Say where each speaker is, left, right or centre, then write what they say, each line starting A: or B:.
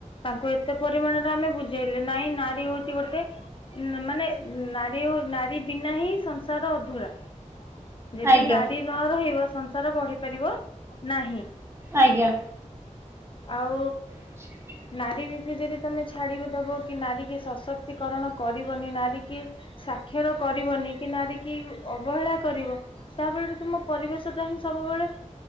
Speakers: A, on the left; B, on the right.
A: ତାଙ୍କୁ ଏତେ ପରିମାଣରେ ଆମେ ବୁଝେଇଲେ ନାଇଁ ନାରୀ ହଉଛି ଗୋଟେ ଉଁ ମାନେ ନାରୀ ହଉ ନାରୀ ବିନା ହିଁ ସଂସାର ଅଧୁରା। ଯଦି
B: ଆଜ୍ଞା
A: ନାରୀ ନ ରହିବ ସଂସାର ବଢି ପାରିବ ନାହିଁ।
B: ଆଜ୍ଞା।
A: ଆଉ
B: <unintelligible>
A: ନାରୀ ବି କି ଯଦି ତମେ ଛାଡ଼ିଦେବ କି ନାରୀ କି ସଶକ୍ତିକରଣ କରିବନି ନାରୀ କି ସାକ୍ଷର କରିବନି କି ନାରି କିି ଅବହେଳା କରିବ ତା ବଳରେ ତୁମ ପରିବେଶ ଟା ହିଁ ସବୁବେଳେ